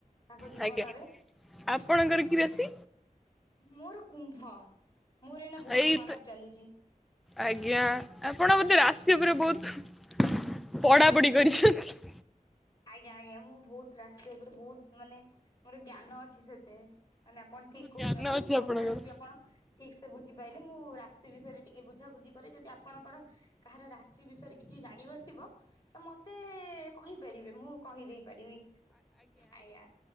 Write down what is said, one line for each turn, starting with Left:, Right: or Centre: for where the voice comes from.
Left: ତାଙ୍କ ଜୀବନରେ
Centre: ଆଜ୍ଞା ଆପଣଙ୍କର କି ରାଶି?
Left: ମୋର କୁମ୍ଭ ମୋର ଏଇନା ବହୁତ
Centre: ଏଇ
Left: ଖରାପ
Centre: ତ
Left: ଚାଲିଛି।
Centre: ଆଜ୍ଞା ଆପଣ ବୋଧେ ରାଶି ଉପରେ ବହୁତ ପଢାପଢି କରିଛନ୍ତି।
Left: ଆଜ୍ଞା ଆଜ୍ଞା ମୁଁ ବହୁତ ରାଶି ଉପରେ ବହୁତ ମାନେ ମୋର ଜ୍ଞାନ ଅଛି ସେତେ। ନାଇ ଆପଣ ଠିକ କହୁଛନ୍ତି
Centre: ଜ୍ଞାନ ଅଛି
Left: ମୁଁ କଥାଟାକୁ
Centre: ଆପଣଙ୍କର
Left: ବି ଆପଣ ଠିକ ସେ ବୁଝି ପାଇଲେ ମୁଁ ରାଶି ବିଷୟରେ ଟିକେ ବୁଝାବୁଝି କରେ ଯଦି ଆପଣଙ୍କର କାହାର ରାଶି ବିଷୟରେ କିଛି ଜାଣି ବସିବ ତ ମତେ କହିପାରିବେ ମୁଁ କହିଦେଇ ପାରିବି ଆଜ୍ଞା